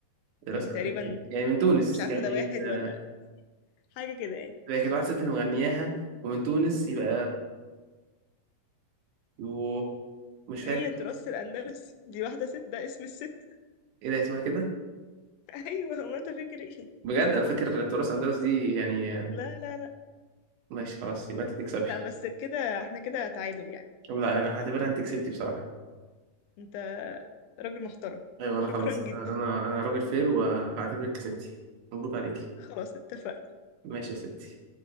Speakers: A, on the left; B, on the right.
A: دي
B: دراسة
A: تقريبا
B: أمريكية يعني من تونس
A: مش عارفة
B: يعني
A: ده واحد
B: آه،
A: ولا حاجة كده يعني
B: هي كانت واحدة ست اللي مغنياها ومن تونس يبقى يوه مش فاكر
A: هي التراث الأندلسي دي واحدة ست ده اسم الست <laughs>
B: ايه ده اسمها كده
A: أيوة هو أنت فاكر إيه
B: بجد انا فاكر تراث اندلس دي يعني آه،
A: لا لا لا
B: ماشي خلاص يبقى انت تكسبي
A: لا بس كده احنا كده تعادل يعني
B: طب لا انا هعتبرها انت كسبتي بصراحة
A: أنت راجل محترم
B: ايوه انا
A: شكرا
B: خلاص انا
A: جدا
B: انا
A: <laughs>
B: أنا راجل فير وهعتبرك كسبتي مبروك عليكي
A: خلاص اتفقنا
B: ماشي يا ستي